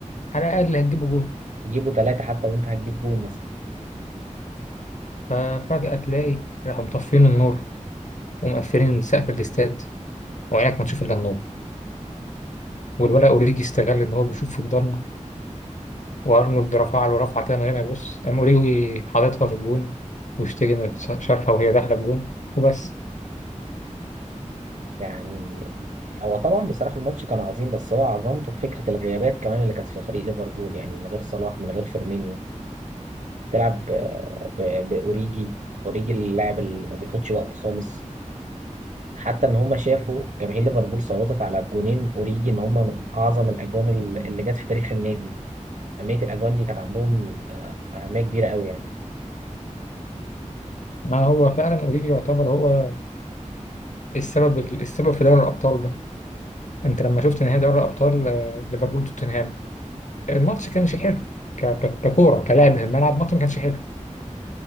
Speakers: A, on the left (about 70°); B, on the right (about 70°).
A: على الاقل هتجيبوا جون
B: يجيبوا ثلاثه حتى وانت هتجيب جون مثلا
A: ففجأة تلاقي راحوا مطفين النور ومقفلين سقف الاستاد وعينك ما تشوف الا النور والولا اوريجي استغل ان هو بيشوف في الضلمه وارنولد رفع له رفعه كده من غير ما يبص قام اوريجي حاططها في الجون واشتكى ان شافها وهي داخله الجون وبس
B: يعني هو طبعا بصراحة الماتش كان عظيم بس هو عظمته في فكرة الغيابات كمان اللي كانت في فريق ليفربول يعني من غير صلاح من غير فيرمينيو تلعب ب- ب- بأوريجي أوريجي اللاعب اللي ما بياخدش وقت خالص حتى إن هما شافوا جماهير ليفربول صوتت على جونين أوريجي إن هما من أعظم الأجوان ال- اللي جت في تاريخ النادي أهمية الأجوان دي كانت عندهم آه، أهمية كبيرة قوي يعني
A: آه هو فعلا اوريجي يعتبر هو السبب السبب في دوري الابطال ده انت لما شفت نهائي دوري الابطال آه، ليفربول توتنهام الماتش كانش حلو ك- ك- ككوره كلعب في الملعب الماتش ما كانش حلو